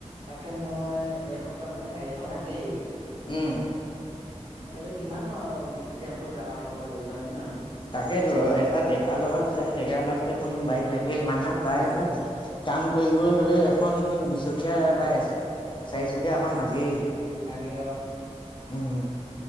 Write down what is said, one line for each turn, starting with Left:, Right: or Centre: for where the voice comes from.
Right: তাকে মই এই সপ্তাহ মানে গাড়ী এখন লাগেই।
Left: উম।
Right: আৰু কিমানো টেম্পুত অহা যোৱা কৰিব হয় নে নহয়?
Left: তাকেইতো এটা ডেকা ল'ৰা হৈছে ডেকা ল'ৰাক এখন বাইক লাগেই। মানুহক প্ৰায়ভাগ
Right: লাগে
Left: কাম কৰিবলৈ হ'লেও এখন দুচকীয়া বাই চাৰিচকীয়া এখন
Right: এ
Left: লাগেই,
Right: লাগে
Left: উম।